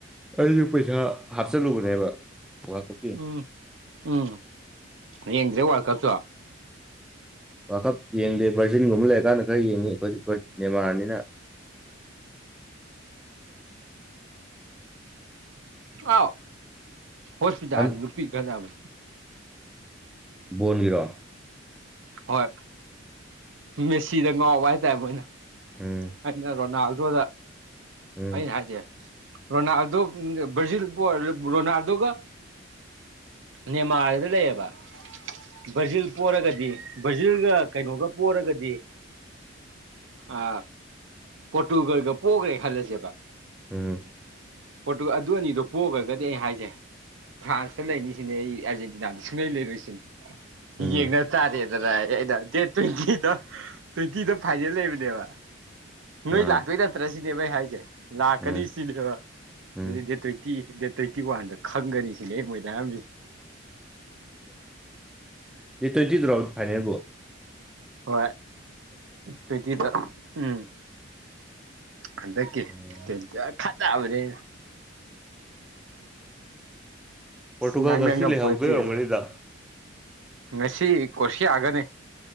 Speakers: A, in the centre; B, on the right.
A: ꯑꯩꯁꯨ ꯄꯩꯁꯥ ꯍꯥꯞꯆꯜꯂꯨꯕꯅꯦꯕ ꯋꯥꯔꯜ ꯀꯞꯀꯤ
B: ꯎꯝ ꯎꯝ ꯌꯦꯡꯗ꯭ꯔꯦ ꯋꯥꯔꯀꯜꯁꯨ
A: ꯋꯑꯥꯜ ꯀꯤꯞꯞ ꯌꯦꯗꯤ ꯚꯔꯖꯤꯟꯒꯨꯝꯕ ꯂꯩꯔꯀꯥꯟꯗ ꯈꯔ ꯌꯦꯡꯉꯤ ꯑꯩꯈꯣꯏꯗꯤ ꯕꯔꯠ ꯅꯦꯃꯥꯔꯅꯤꯅ <unintelligible>
B: ꯑꯥꯎ ꯍꯣꯁꯄꯤꯇꯥꯜ
A: ꯍꯟ
B: ꯅꯨꯄꯤ ꯈꯇꯅꯕꯅꯤ
A: ꯕꯣꯟ ꯒꯤꯔꯣꯟ
B: ꯍꯣꯏ ꯃꯦꯁꯤꯗ ꯉꯥꯎꯕ ꯍꯥꯏꯇꯥꯔꯦ ꯃꯣꯏꯅ
A: ꯎꯝ
B: ꯑꯩꯅ ꯔꯣꯅꯥꯜꯗꯣꯗ
A: ꯎꯝ
B: ꯑꯩꯅ ꯍꯥꯏꯖꯩ ꯔꯣꯅꯥꯜꯗꯣ ꯭ꯔꯖꯤꯜ ꯔꯣꯅꯥꯜꯗꯣ ꯀ ꯅꯦꯃꯥꯜꯂꯤꯗ ꯂꯩꯌꯦꯕ ꯕ꯭ꯔꯥꯖꯤꯜ ꯄꯣꯔꯔꯒꯗꯤ ꯕ꯭ꯔꯖꯤꯜꯒ ꯀꯩꯅꯣꯒ ꯄꯣꯔꯔꯒꯗꯤ ꯑ ꯄꯣꯔꯇꯨꯒꯜꯒ ꯄꯣꯛꯈ꯭ꯔꯦ ꯈꯜꯂꯁꯦꯕ
A: ꯎꯝ
B: ꯄꯣꯠꯇꯨ ꯑꯗꯨ ꯑꯅꯤꯗꯣ ꯄꯣꯛꯈ꯭ꯔꯒꯗꯤ ꯑꯩ ꯍꯥꯏꯁꯦ ꯐ꯭ꯔꯥꯟꯁꯇ ꯂꯩꯅꯤꯁꯤꯅꯦ ꯑꯩ ꯑꯥꯔꯖꯦꯟꯇꯤꯅꯥꯗꯤ ꯁꯨꯡꯂꯩ ꯂꯩꯔꯣꯏꯁꯤꯨꯝ
A: ꯎꯝ
B: ꯌꯦꯡꯅ ꯇꯥꯔꯦ ꯑꯩꯅ ꯗꯦ ꯇ꯭ꯋꯤ ꯇ꯭ꯋꯦꯟꯇꯤꯗ ꯐꯥꯏꯅꯦꯜ ꯂꯩꯕꯅꯦꯕ ꯅꯣꯏ
A: ꯑꯥ
B: ꯂꯥꯛꯇꯣꯏ ꯅꯠꯇ꯭ꯔꯥ ꯁꯤꯅꯦꯕ ꯑꯩ ꯍꯥꯏꯁꯦ ꯂꯥꯛꯀꯅꯤ
A: ꯎꯝ
B: ꯁꯤꯅꯦꯕ
A: ꯎꯝ
B: ꯑꯗꯨꯗꯤ ꯗꯦ ꯇ꯭ꯋꯇꯤ ꯗꯦꯠ ꯇ꯭ꯋꯦꯟꯇꯤ ꯋꯥꯟꯗ ꯈꯪꯒꯅꯤ ꯁꯤꯅꯦ ꯃꯣꯏꯗ ꯍꯥꯏꯝꯁꯤ
A: ꯀꯌꯥ ꯇ꯭ꯋꯦꯟꯇꯤ ꯊ꯭ꯔꯥꯎ ꯐꯥꯏꯅꯦꯕꯨꯣ
B: ꯍꯣꯏ ꯇꯗꯤꯤꯗ ꯎꯝ ꯑꯗ ꯀ
A: ꯎꯝ
B: ꯈꯅꯕꯅꯦ
A: ꯄꯣꯔꯇꯨꯒꯜ
B: ꯉꯡꯟ
A: ꯉꯁꯤ
B: ꯉꯥꯝ
A: ꯂꯩꯍꯧꯗꯣꯏ
B: ꯄꯣꯟꯇꯦꯅꯦ
A: ꯑꯣꯏꯔꯝꯒꯅꯤꯗ
B: ꯉꯁꯤ ꯀꯣꯁꯤ ꯌꯥꯛꯒꯅꯤ